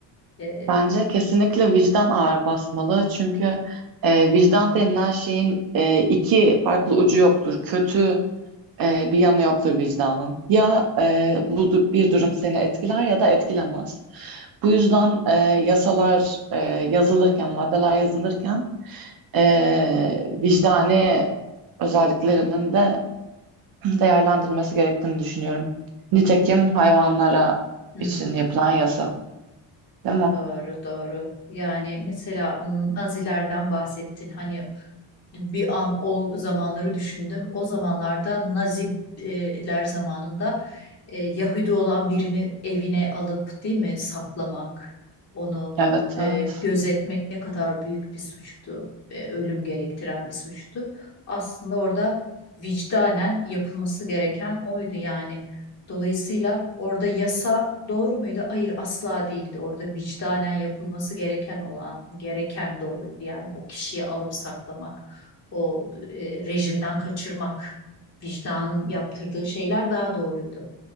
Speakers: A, on the left; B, on the right.
A: Eee,
B: Bence kesinlikle vicdan ağır basmalı. Çünkü e, vicdan denilen şeyin e, iki farklı ucu yoktur. Kötü e, bir yanı yoktur vicdanın. Ya e, bu du- bir durum seni etkiler ya da etkilemez. Bu yüzden e, yasalar e, yazılırken, maddeler yazılırken e, vicdani özelliklerinin de değerlendirilmesi gerektiğini düşünüyorum. Nitekim hayvanlara
A: hmm,
B: için yapılan yasa, değil mi?
A: doğru doğru. Yani mesela Nazilerden bahsettin. Hani bir an o zamanları düşündüm. O zamanlarda Naziler zamanında e, Yahudi olan birini evine alıp değil mi saklamak, onu
B: Evet,
A: e,
B: evet.
A: gözetmek ne kadar büyük bir suçtu, e, ölüm gerektiren bir suçtu. Aslında orada vicdanen yapılması gereken oydu yani. Dolayısıyla orada yasa doğru muydu? Hayır asla değildi. Orada vicdanen yapılması gereken olan gereken doğruydu. Yani o kişiyi alıp saklamak o e, rejimden kaçırmak, vicdanın yaptırdığı şeyler daha doğruydu.